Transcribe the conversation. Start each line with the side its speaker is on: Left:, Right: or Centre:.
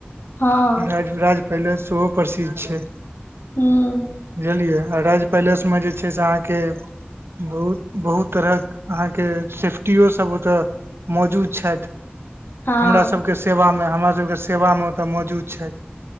Left: हँ
Right: राज राज पैलेश सेहो प्रसिद्ध छैय।
Left: हूँ
Right: बुझलियै आ राज पैलेसमे जे छैय से अहाँके बहुत बहुत तरहक अहाँके सेफ्टिो सब ओतय मौजूद छैथ।
Left: हँ
Right: हमरा सभके
Left: हूँ
Right: सेवामे हमरा सभके सेवामे ओतय मौजूद छथि।